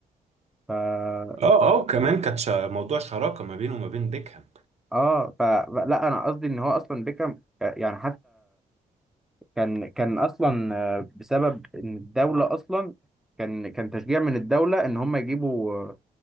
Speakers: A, in the centre; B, on the right.
A: ف
B: اه اه وكمان كانت شا- موضوع شراكه ما بينه وما بين بيكهام
A: اه ف لا انا قصدي ان هو اصلا بيكهام آه، يعني كان كان اصلا آه، بسبب ان الدوله اصلا كان كان تشجيع من الدوله ان هم يجيبوا آه،